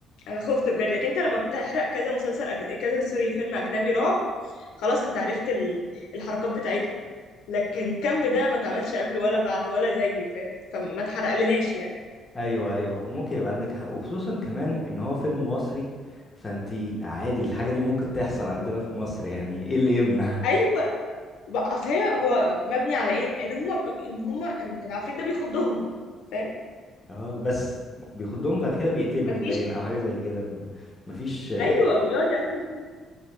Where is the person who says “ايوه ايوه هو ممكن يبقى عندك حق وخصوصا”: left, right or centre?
Left